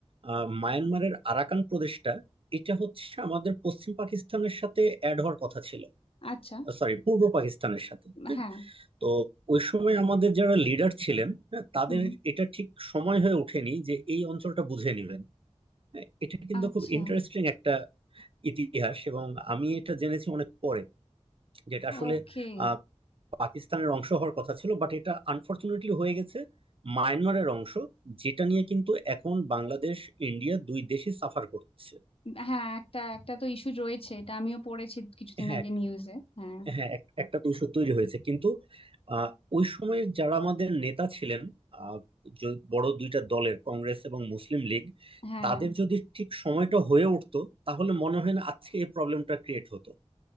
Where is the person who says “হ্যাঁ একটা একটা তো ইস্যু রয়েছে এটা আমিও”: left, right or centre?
Left